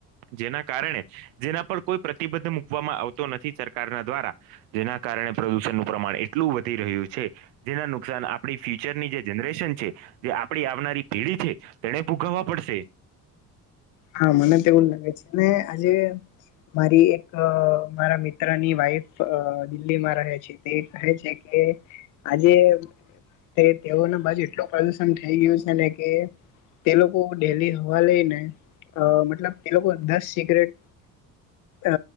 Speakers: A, on the right; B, on the left.
A: જેના કારણે જેના પર કોઈ પ્રતિબંધ મુૂકવામાં આવતો નથી સરકારના દ્વારા જેના કારણે પ્રદુષણનું પ્રમાણ એટલું વધી રહ્યું છે જેના નુકસાન આપણી ફ્યુચરની જે જનરેશન છે જે આપડી આવનારી પેઢી છે તેણે ભોગવવા પડશે.
B: હા મને તો એવું જ લાગે છે ને આજે મારી એક મારા મિત્રની વાઈફ અ દિલ્હીમાં રહે છે તે કહે છે કે આજે તે તેઓ ના બાજુ તો પ્રદુષણ થઈ ગયું છે ને કે તે લોકો ડેલી હવા લઈ ને અ મતલબ એ લોકો દસ સિગરેટ અ